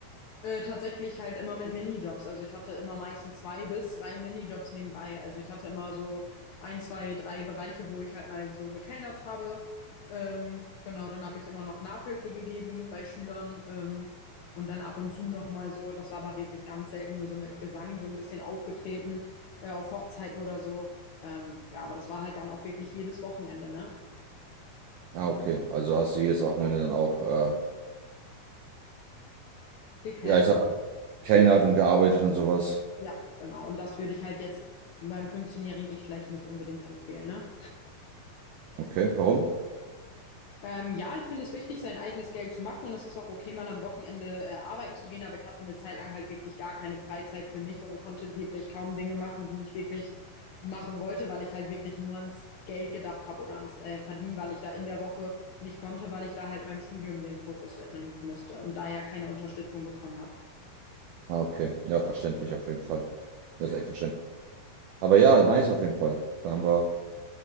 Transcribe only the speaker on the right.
Ah, okay. Also hast du jedes Wochenende dann auch, äh,
ja, ich sag, mal, gekellnert und gearbeitet und sowas.
Okay, warum?
Ah, okay. Ja, verständlich auf jeden Fall. Das
ist echt verständlich. Aber ja, nice auf jeden Fall. Da haben wir